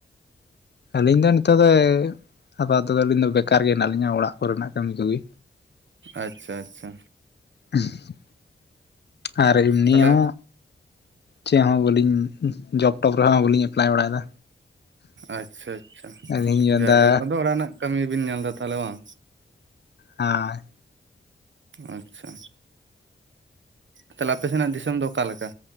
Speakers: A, on the left (about 55°); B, on the right (about 65°).
A: ᱟᱹᱞᱤᱧ ᱫᱚ ᱱᱤᱛᱚᱜ ᱫᱚ ᱟᱯᱟᱛᱚ ᱫᱚ ᱟᱹᱞᱤᱧ ᱫᱚ ᱵᱮᱠᱟᱨ ᱜᱮ ᱦᱮᱸᱱᱟᱜ ᱞᱤᱧᱟ, ᱚᱲᱟᱜ ᱠᱚᱨᱮᱱᱟᱜ ᱠᱟᱹᱢᱤ ᱠᱚᱜᱤ
B: ᱟᱪᱪᱷᱟ ᱟᱪᱪᱷᱟ
A: ᱩᱦᱸ ᱟᱨ ᱮᱢᱱᱤ
B: ᱛᱟᱦᱚᱞᱮ
A: ᱦᱚᱸ ᱪᱮᱫ ᱦᱚᱸ ᱵᱟᱹᱞᱤᱧ ᱡᱚᱵ ᱴᱚᱯ ᱨᱮᱦᱚᱸ ᱵᱟᱹᱞᱤᱧ ᱮᱯᱞᱟᱭ ᱵᱟᱲᱟᱭᱮᱫᱟ
B: ᱟᱪᱪᱷᱟ ᱟᱪᱪᱷᱟ,
A: ᱟᱹᱞᱤᱧ
B: ᱡᱟᱭᱦᱩᱠ
A: ᱢᱮᱱᱫᱟ
B: ᱟᱫᱚ ᱚᱲᱟᱜ ᱨᱮᱱᱟᱜ ᱠᱟᱹᱢᱤ ᱵᱤᱱ ᱧᱮᱞ ᱮᱫᱟ ᱛᱟᱦᱚᱞᱮ ᱵᱟᱝ
A: ᱟᱸ
B: ᱟᱪᱪᱷᱟ ᱛᱟᱦᱞᱮ ᱟᱯᱮ ᱥᱮᱱᱟᱜ ᱫᱤᱥᱚᱢ ᱫᱚ ᱚᱠᱟ ᱞᱮᱠᱟ?